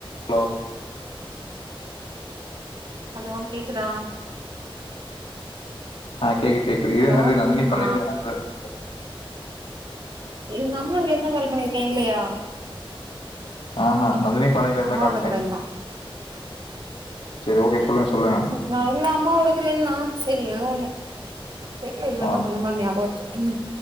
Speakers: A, on the left (about 80°); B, on the right (about 55°).
A: Hello
B: hello கேக்குதா
A: ஆ கேக்குது கேக்குது
B: ஹலோ
A: இரு நந்தினி நந்தினி பண்ணி
B: ஆ
A: <unintelligible>
B: எங்க அம்மா இங்க இருந்தா காலி பண்ணிருக்கேங்க கேக்கலையா
A: ஆ ஹ நந்தினி பாழைல இருந்தா
B: அம்மாவோடதுல
A: கால் பண்ணிருக்கீங்
B: இருந்தா
A: சேரி ஓகே சொல்லுங்க சொல்லுங்க
B: நா இல்ல அம்மாவோடத்துலேனா சேரி ஏதோ ஒண்ணு தெர்ல இதுல
A: ஆ
B: என்ன பண்ண மாரி ஞாபவோ இருக்கு ம்